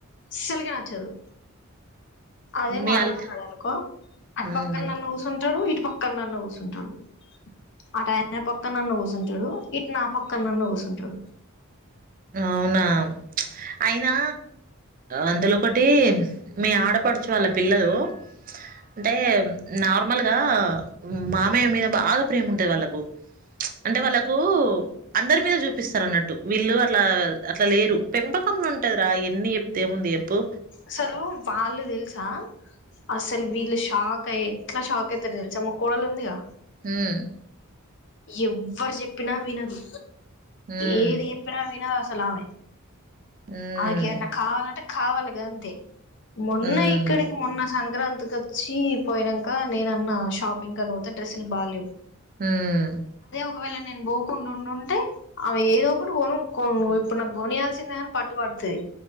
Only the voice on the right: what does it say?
మీ
అల్
ఉమ్
అవునా అయినా అందులో ఒకటి మీ ఆడపడుచు వాళ్ళ పిల్లలు అంటే నార్మల్గా మామయ్య మీద బాగా ప్రేమ ఉంటది వాళ్ళలకు అంటే వాళ్ళకు అందరి మీద చూపిస్తారు అన్నట్టు వీళ్ళు అట్లా అట్లా లేరు పెంపకముంలో ఉంటది రా ఎన్ని చెప్తే ఏముంది చెప్పు
ఉం
ఉమ్
ఉమ్
ఉమ్
ఉం